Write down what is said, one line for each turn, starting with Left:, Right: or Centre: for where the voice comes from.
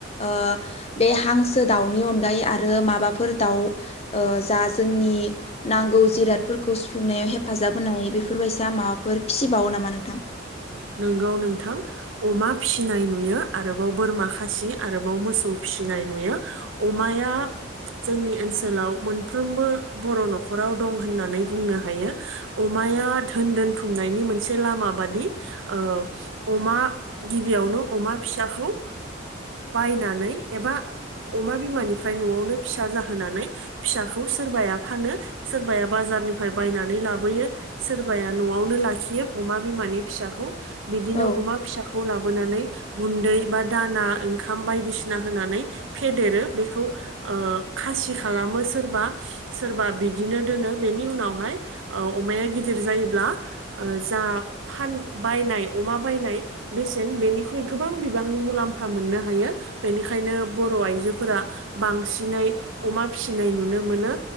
Left: ओ बे हांसो दाउनि अनगायै आरो माबाफोर दाउ औ ओ जाजोंनि नांगौ जिरादफोरखौ सुुंफुंनायाव हेफाजाब होनायफोरबा जा माबाफोर फिसिबावो नामा नोंथां?
Right: नोंगौ नोंथां अमा फिसिनाय नुयो आरोबाव बोरमा खासि आरोबाव मोसौ फिसिनाय नुयो अमाया जोंनि ओनसोलाव मोनफ्रोमबो बर' न'खराव दं होननानै बुंनो हायो अमाया धोन दोनथुमनायनि मोनसे लामा माबादि ओ अमा गिबियावनो अमा फिसाखौ बायनानै एबा अमा बिमानिफ्राय न'आवनो फिसा जाहोनानै फिसाखौ सोरबाया फानो सोरबाया बाजार बाजार निफ्राय बायनानै लाबोयो सोरबाया न'आवनो लाखियो अमा बिमानि फिसाखौ बिदिनो
Left: औ
Right: अमा फिसाखौ लाबोनानै गुन्दै बा दाना ओंखाम बायदिसिना होनानै फेदेरो बेखौ ओ खा सिखालामो सोरबा सोरबा बिदिनो दोनो उनावहाय औअमाया गोदिर जा जायोब्ला ओ‌ जा फान बायनाय अमा बायनाय बेसेन बेनिख्रुइ गोबां बिबांनि मुलाम्फा मोननो हायो। बेनिखायनो बर' आइजोफोरा बांसिनै अमा फिसिनाय नुनो मोनो।